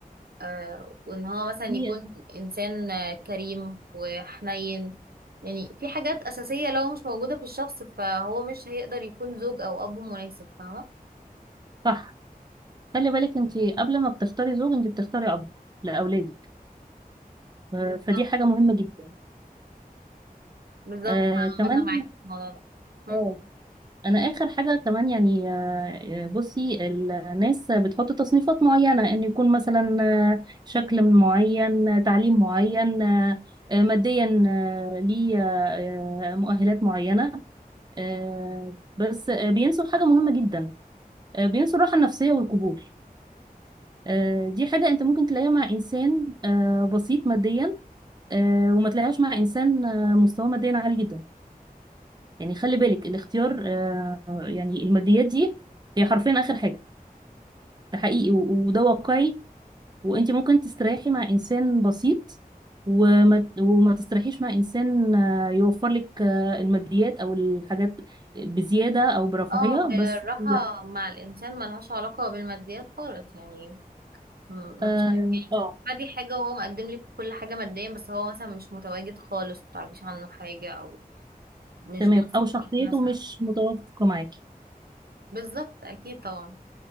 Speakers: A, on the right; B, on the right.
A: آه، وان هو مثلا يكون
B: هي
A: انسان آه، كريم وحنين يعني في حاجات اساسية لو مش موجودة في الشخص فهو مش هيقدر يكون زوج او اب مناسب فاهمة
B: صح خلي بالك انت قبل ما بتختاري زوج انت بتختاري اب لاولادك آه،
A: بالظبط
B: فدي حاجه مهمه جدا
A: بالظبط
B: آه كمان
A: انا معاكي في الموضوع ده مم.
B: اه انا اخر حاجه كمان يعني آه آه، بصي الناس بتحط تصنيفات معينه ان يكون مثلا آه، شكل معين آه، تعليم معين آه، آه، ماديا آه، ليه آه، آه، مؤهلات معينه آه، بس آه، بينسوا حاجه مهمه جدا آه، بينسوا الراحه النفسيه والقبول آه، دي حاجة انت ممكن تلاقيها مع انسان آه، بسيط ماديا آه، وما تلاقيهاش مع انسان آه، مستواه ماديا عالي جدا يعني خلي بالك الاختيار آه، يعني الماديات دي هي حرفيا اخر حاجة ده حقيقي و- وده واقعي وانت ممكن تستريحي مع انسان بسيط وما وما تستريحيش مع انسان آه، يوفر لك آه، الماديات او الحاجات بزيادة او برفاهية
A: اه هي
B: بس
A: الراحة
B: لا
A: مع الانسان ملهاش علاقة بالماديات خالص يعني م-
B: اه
A: مفيش يعني
B: آه،
A: بتدي حاجة وهو مقدم لك كل حاجة ماديا بس هو مثلا مش متواجد خالص متعرفيش عنه حاجة أو مش
B: تمام
A: بيثق
B: او شخصيته
A: فيكي مثلا
B: مش متوافقة معاكي
A: بالظبط أكيد طبعا